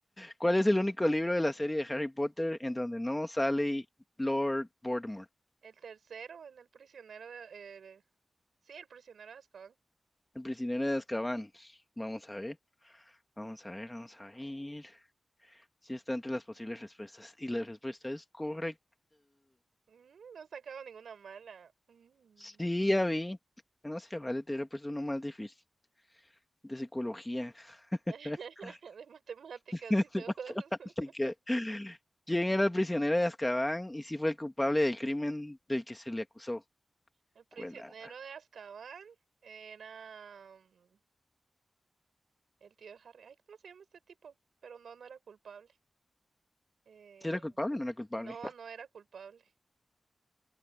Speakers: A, on the left (about 25°); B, on the right (about 85°).
A: ¿Cuál es el único libro de la serie de Harry Potter en donde no sale Lord Voldemort?
B: El tercero en el prisionero de... el- sí, el prisionero de Azkaban.
A: El prisionero de Azkaban. Vamos a ver, vamos a ver, vamos a ver. Si está entre las posibles respuestas. Y la respuesta es correcta.
B: Mm, no he sacado ninguna mala. Mm.
A: Sí, ya vi. No sé, vale, te hubiera puesto uno más difícil. De psicología.
B: <laughs>
A: <laughs>
B: De matemáticas,
A: De
B: dice
A: matemática.
B: vos. <laughs>
A: ¿Quién era el prisionero de Azkaban y si fue el culpable del crimen del que se le acusó?
B: El prisionero
A: Cuela.
B: de Azkaban era mm, el tío de Harry. Ay, ¿cómo se llama este tipo? Pero no, no era culpable. Eh,
A: ¿Si era culpable o no era culpable?
B: no, no era culpable.